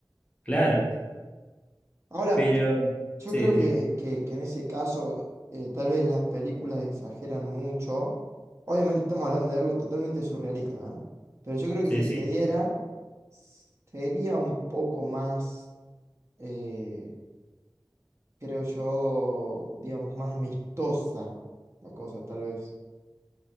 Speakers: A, on the left; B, on the right.
A: Claro,
B: Ahora,
A: pero
B: Yo
A: sí,
B: creo
A: decime.
B: que, que- que en ese caso eh, tal vez las películas exageran mucho. Obviamente estamos hablando de algo totalmente surrealista, ¿eh? Pero yo creo
A: Sí,
B: que si
A: sí.
B: se diera, sería un poco más, eh, creo yo, digamos, más amistosa la cosa, tal vez.